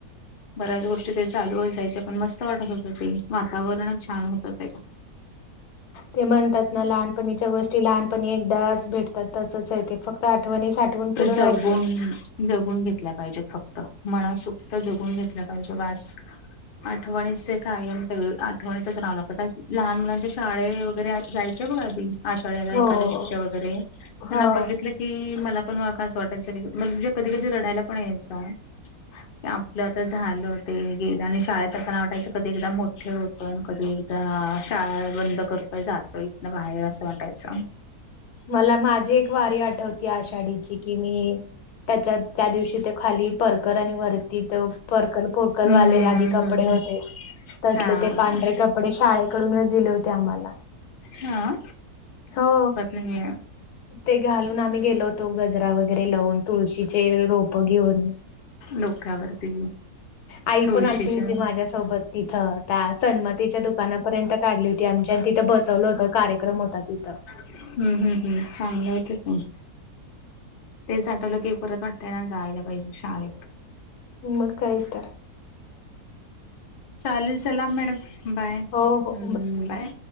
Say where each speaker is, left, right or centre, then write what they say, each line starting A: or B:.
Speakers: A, on the left; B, on the left.
A: बऱ्याच गोष्टी ते चालू असायच्या जायच्या पण मस्त वाटत होत ते वातावरणच छान होतं ते
B: ते म्हणतात ना लहानपणीच्या गोष्टी लहानपणी एकदाच भेटतात तसंच आहे ते फक्त आठवणी साठवून पुढं
A: जगून
B: राहायचं
A: जगून घेतल्या पाहिजेत फक्त मनासोक्त जगून घेतल्या पाहिजे बास आठवणीसे कायम सगळं आठवणीतच रहावं लागतं कारण की लहान मुलांच्या शाळे हे वगैरे जायचे बघ आधी आषाढ्याला
B: हो
A: एकादशीच्या वगैरे त्यांना
B: हो
A: बघित बघितल की मला पण असं वाटायचं की म्हणजे कधी कधी रडायला पण यायचं आपलं आता झालं ते गेलं आणि शाळेत असताना वाटायचं कधी एकदा मोठे होतोय कधी एकदा शाळा बंद करतोय जातोय इथनं बाहेर असं वाटायचं
B: मला माझी एक वारी आठवतीय आषाढीची की मी त्याच्यात त्या दिवशी ते खाली परकर आणि वर तिथ परकर पोरकल
A: हम्म
B: वाले आदी
A: हम्म
B: कपडे
A: हम्म
B: होते
A: हम्म.
B: तसले
A: हा
B: ते पांढरे कपडे कपडे शाळेकडूनच दिले होते आम्हाला.
A: हा
B: हो
A: <inaudible>
B: ते घालून आम्ही गेलो होतो गजरा वगैरे लावून तुळशीचे रोप घेऊन
A: डोक्यावरती
B: आई
A: तुळशीच्या
B: पण आलती होती माझ्यासोबत तिथं त्या सन्मतीच्या दुकानापर्यंत काढली होती. ती आमच्या तिथं बसवलं होत कार्यक्रम होता तिथं
A: हम हम हम चांगलं आहे की खून <inaudible> तेच आठवलं की परत वाटतय ना जायला पाहिजे परत शाळेत
B: मग काय तर
A: चालेल चला मॅडम बाय. हम
B: हो हो
A: बाय